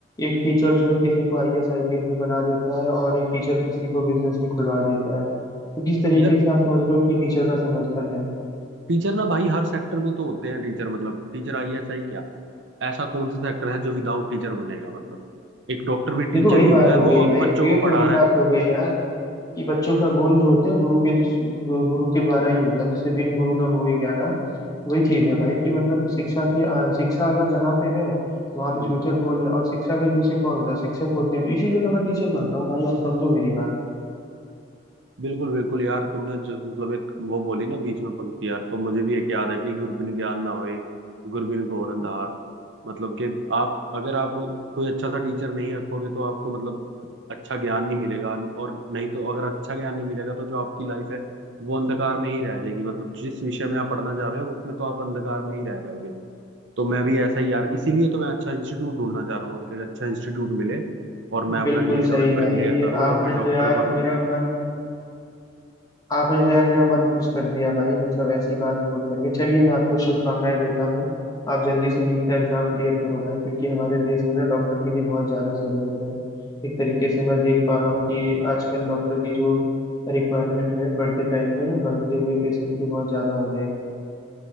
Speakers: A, on the left; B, on the right.
A: एक टीचर जो है किसी को आईएएस आईपीएस भी बना देता है और एक टीचर किसी को बिजनेस भी खुलवा देता है तो किस तरीके
B: यार
A: से आप समझ रहे हो कि टीचर का समर्थन है
B: टीचर ना भाई हर सेक्टर में तो होते हैं टीचर मतलब टीचर आईएएस आई क्या ऐसा कौन सा सेक्टर है जो विदाउट टीचर बनेगा मतलब एक डॉक्टर भी
A: ये
B: टीचर
A: तो वही
B: ही
A: बात
B: होता है
A: हो गई
B: वो
A: भाई
B: बच्चों को
A: ये
B: पढ़ा
A: तो वही
B: रहा
A: बात हो गई यार कि बच्चों का गोल जो होते हैं गुरु के गुरु के द्वारा ही होता है जैसे बिन गुरु न होए ज्ञान वही चीज है भाई कि मतलब शिक्षा के आ, शिक्षा अगर जहाँ पे है वहां पे
B: है
A: फ्यूचर गोल है और शिक्षा के पीछे कौन होता है शिक्षक होते हैं तो इसीलिए तो मैं टीचर बन रहा हूँ भाई आप समझो मेरी बात
B: बिल्कुल बिल्कुल यार तुमने जो मतलब एक वो बोली ना बीच में पंक्ति यार तो मुझे भी एक याद है कि गुरबिन ज्ञान ना होए गुरबिन घोर अंधार मतलब कि आप अगर आप कोई अच्छा सा टीचर नहीं रखोगे तो आपको मतलब अच्छा ज्ञान नहीं मिलेगा और नहीं तो अगर अच्छा ज्ञान नहीं मिलेगा तो जो आपकी लाइफ है वो अंधकार में ही रह जाएगी मतलब जिस विषय में आप पढ़ना चाह रहे हो उसमें तो आप अंधकार में ही रह जाओगे तो मैं भी ऐसा ही यार इसीलिए तो मैं अच्छा इंस्टीट्यूट ढूंढना चाह रहा हूँ कि अच्छा इंस्टीट्यूट मिले और मैं अपना
A: बिल्कुल
B: नीट का
A: सही
B: पेपर
A: भाई
B: क्लियर करूँ
A: आपने
B: और मैं डॉक्टर
A: तो यार
B: बनूँ
A: मेरा मन आपने तो यार मेरा मन खुश कर दिया भाई मतलब ऐसी बात बोल करके चलिए मैं आपको शुभकामनाएं देता हूँ आप जल्दी से नीट का एग्जाम क्लियर करो भाई क्योंकि हमारे देश में ना डॉक्टर की भी बहुत ज्यादा जरूरत है एक तरीके से मैं देख पा रहा हूँ कि आजकल डॉक्टर की जो रिक्वायरमेंट है बढ़ते टाइम में ना बढ़ते हुए पेशेंट भी बहुत ज्यादा हो रहे हैं